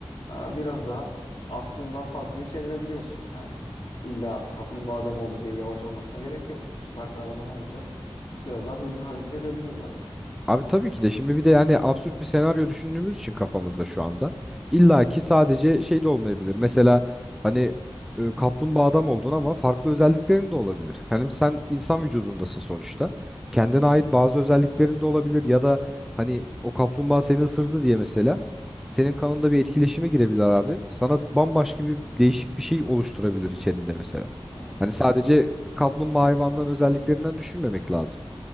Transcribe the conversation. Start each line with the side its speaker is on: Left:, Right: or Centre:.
Left: e, biraz daha aslından farklıya çevirebiliyorsun. Yani illa kaplumbağa adam oldu diye yavaş olmasına gerek yok. Süper kahraman olunca biraz daha hızlı hareket edebiliyorlar yani.
Centre: Abi tabii ki de şimdi bir de yani absürt bir senaryo düşündüğümüz için kafamızda şu anda illa ki sadece şey de olmayabilir. Mesela hani e, kaplumbağa adam oldun ama farklı özelliklerin de olabilir. Hani sen insan vücudundasın sonuçta. Kendine ait bazı özelliklerin de olabilir ya da hani o kaplumbağa seni ısırdı diye mesela senin kanında bir etkileşime girebilir abi. Sana bambaşka bir değişik bir şey oluşturabilir içerinde mesela.
Left: Evet.
Centre: Hani sadece kaplumbağa hayvanların özelliklerinden düşünmemek lazım.